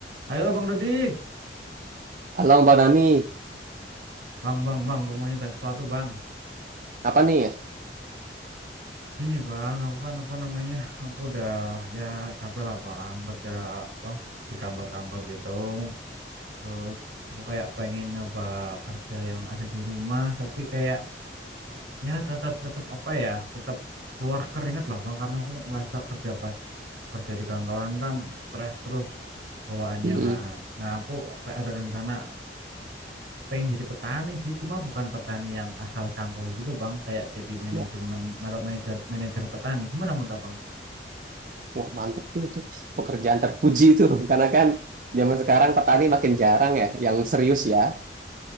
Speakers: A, on the right; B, on the right.
A: Halo Bang Dodik,
B: Halo Mbak Nani,
A: Bang, Bang, Bang, aku mau tanya sesuatu Bang.
B: apa nih ya?
A: Gini Bang, aku kan apa namanya, aku udah ya capek lah Bang, kerja apa di kantor-kantor gitu. Terus aku kayak pengen nyoba kerja yang ada di rumah, tapi kayak ya tetap tetap apa ya, tetap keluar keringat lah Bang, karena aku ngerasa kerja pas kerja di kantoran kan stres terus bawaannya
B: Mm-mm.
A: kan. Nah aku apa ada rencana pengen jadi petani sih cuma bukan petani yang asal cangkul gitu bang kayak jadi manajemen
B: Ya.
A: manajer manajer petani gimana menurut abang
B: Wah mantep tuh itu pekerjaan terpuji tuh <laughs> karena kan zaman sekarang petani makin jarang ya yang serius ya.